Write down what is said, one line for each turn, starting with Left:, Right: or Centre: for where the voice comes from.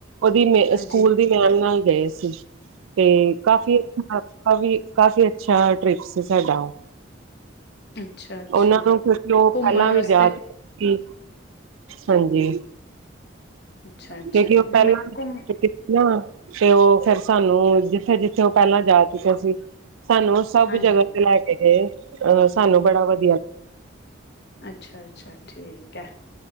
Right: ਔਦੀ ਮੇ
Left: ਹਾਂਜੀ
Right: ਸਕੂਲ ਦੀ ਮੈਮ ਨਾਲ ਗਏ ਸੀ। ਤੇ ਕਾਫ਼ੀ ਅੱਛਾ ਕਾਫੀ ਕਾਫੀ ਅੱਛਾ ਟ੍ਰਿਪ ਸੀ ਸਾਡਾ ਓਹ।
Left: ਅੱਛਾ। ਅੱਛਾ
Right: ਔਨਾਂ ਨੂੰ ਕਿਉਕਿ ਓਹ
Left: ਘੁੰਮਣ
Right: ਪੈਲਾਂ
Left: ਵਾਸਤੇ
Right: ਵੀ ਯਾ ਕਿ ਹਾਂਜੀ।
Left: ਅੱਛਾ, ਅੱਛਾ
Right: ਕਿਉਂਕਿ
Left: ਨਹੀਂ
Right: ਔ ਪੈਲਾਂ
Left: ਮੈਂ
Right: ਵੀ
Left: ਘੁੰਮ
Right: ਕੀਤੇ ਨਾ ਫੇ ਓਹ ਫੇਰ ਸਾਨੂੰ ਜਿੱਥੇ ਜਿੱਥੇ ਔ ਪੈਲਾਂ ਜਾ ਚੁੱਕੇ ਸੀ ਸਾਨੂੰ ਓਸ ਸਭ
Left: ਹਾਂਜੀ
Right: ਜਗ੍ਹਾ ਤੇ ਲੈ ਕੇ ਗਏ, ਅਹ ਸਾਨੂੰ ਬੜਾ ਵਧ
Left: ਅੱਛਾ ਅੱਛਾ, ਠੀਕ ਹੈ।